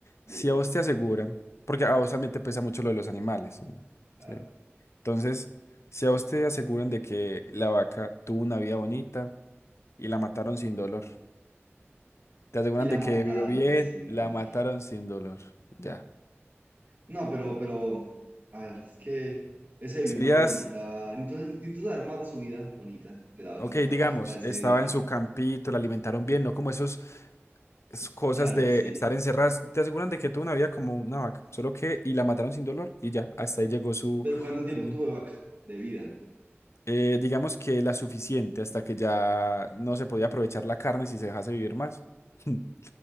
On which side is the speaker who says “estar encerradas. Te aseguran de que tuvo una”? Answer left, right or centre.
Left